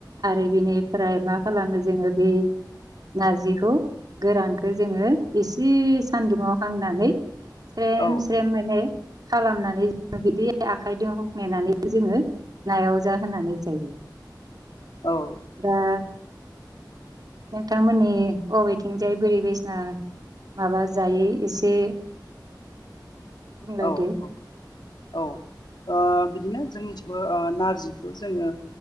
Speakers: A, on the right; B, on the left.
A: आरो बेनिफ्राय मा खालामो जोंङो बे नारजिखौ गोरानखौ जोङो एसे सान्दुंङाव हांनानै स्रेम
B: औ
A: स्रेम माने खालामनानै जो बिदि आखाइजों हुफनेनानै जोंङो नायाव जा होनानै जायो -
B: औ
A: दा नोंथांमोननि अबेथिंजाय बोरै बेसना माबा जायो एसे बुंलायदो
B: औ औ औ ओ बिदिनो जोंनिथिबो ओ नारजिखौ जोंङो